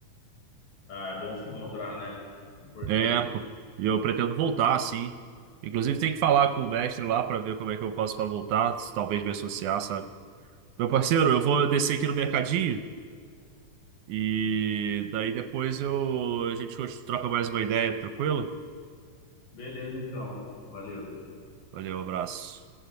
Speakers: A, on the left; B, on the right.
A: ah, é bom se encontrar, né? Importante.
B: É, pô. E eu pretendo voltar, sim. Inclusive, tem que falar com o mestre lá para ver como é que eu posso para voltar, se talvez me associar, sabe? Meu parceiro, eu vou descer aqui no mercadinho e daí depois eu a gente troca mais uma ideia, tranquilo?
A: Beleza, então. Valeu.
B: Valeu, abraço.